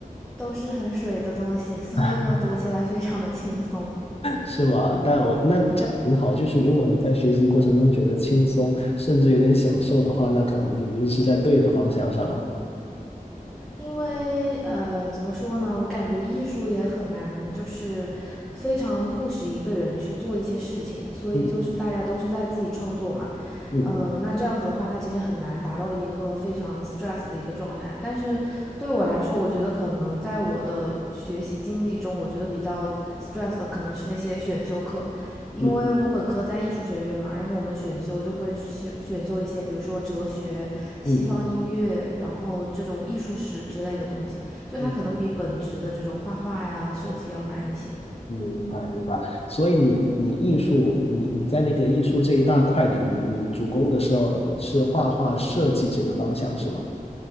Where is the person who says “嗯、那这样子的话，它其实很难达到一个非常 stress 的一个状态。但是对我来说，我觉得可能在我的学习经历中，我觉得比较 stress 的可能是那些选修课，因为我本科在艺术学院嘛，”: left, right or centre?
Centre